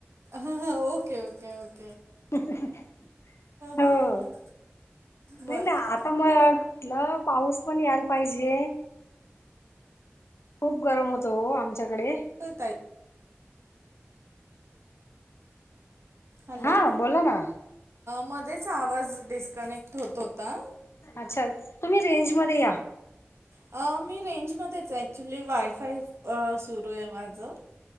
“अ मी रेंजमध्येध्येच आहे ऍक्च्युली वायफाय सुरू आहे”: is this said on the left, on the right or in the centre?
Right